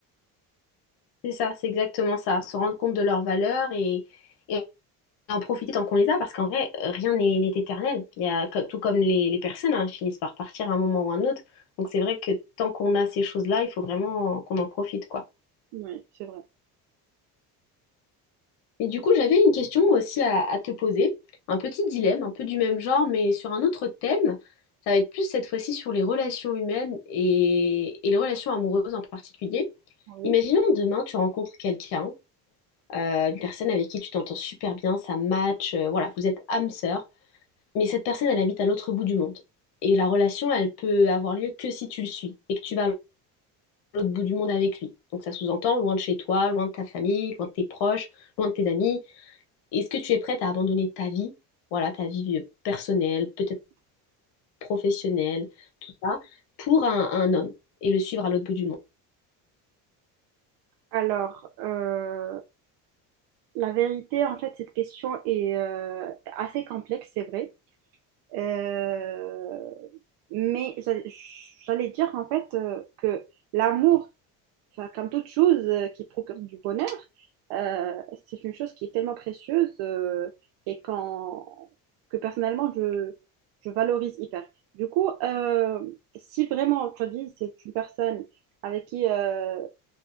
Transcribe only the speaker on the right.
Oui, c'est vrai.
Oui.
Alors, euh, la vérité, en fait, cette question est euh, assez complexe, c'est vrai. Euh, mais j'a- j'allais dire, en fait, euh, que l'amour, enfin, comme toute chose euh, qui procure du bonheur, euh, c'est une chose qui est tellement précieuse euh, et quand, que personnellement, je, je valorise hyper. Du coup, euh, si vraiment, tu as dit, c'est une personne avec qui euh,